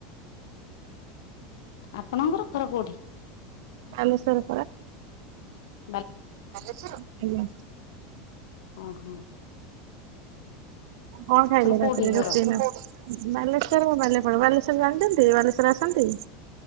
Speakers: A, on the left (about 85°); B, on the right (about 70°).
A: ଆପଣଙ୍କର ଘର କୋଉଠି?
B: ବାଲେଶ୍ୱର।
A: ସ
B: ଆଜ୍ଞା।
A: ଓ ହୋ।
B: କଣ ଖାଇଲେ
A: କୋଉଠି
B: ରାତିରେ? ରୋଷେଇ
A: ଘର?
B: ବାଲେଶ୍ଵର ହ <unintelligible> ବାଲେଶ୍ଵର
A: <inaudible>
B: ଜାଣିଛନ୍ତି ବାଲେଶ୍ଵର ଆସନ୍ତି?